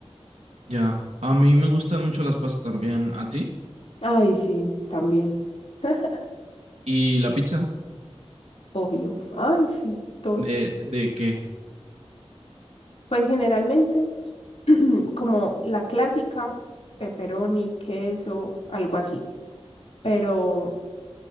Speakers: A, on the right; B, on the left.
A: ya. A mí me gustan mucho las pastas también, ¿a ti?
B: Ay, sí, también, <laughs>
A: ¿Y la pizza?
B: obvio. Ay, sí, todo.
A: ¿De, de qué?
B: Pues generalmente <clears throat> como la clásica, pepperoni, queso, algo así, pero